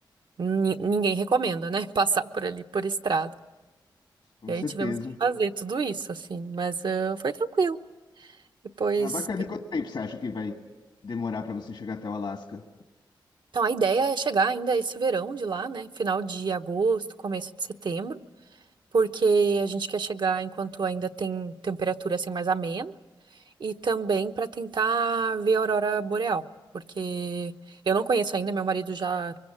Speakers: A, on the right; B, on the left.
A: ni- ninguém recomenda, né, <laughs> passar por ali por estrada.
B: com
A: E aí
B: certeza.
A: tivemos que fazer tudo isso, assim, mas ah, foi tranquilo. Depois.
B: Ah, bacana. E quanto tempo você acha que vai demorar para você chegar até o Alasca?
A: Então a ideia é chegar ainda esse verão de lá, né? Final de agosto, começo de setembro, porque a gente quer chegar enquanto ainda tem temperatura assim mais ameno e também para tentar ver a aurora boreal, porque eu não conheço ainda, meu marido já